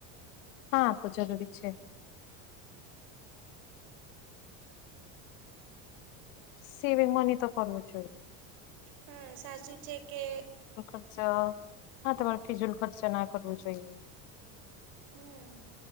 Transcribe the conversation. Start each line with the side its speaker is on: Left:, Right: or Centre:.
Left: હા તો જરૂરી છે. સેવિંગ મની તો કરવું જોઈએ.
Right: હા સાચું છે, કે
Left: અચ્છા હા તમારે ફિઝુલ ખર્ચ ના કરવુ જોઈએ.
Right: હુ